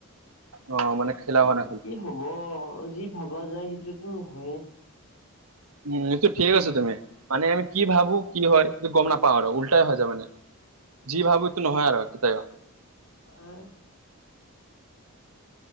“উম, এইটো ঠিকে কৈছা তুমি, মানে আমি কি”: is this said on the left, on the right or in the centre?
Right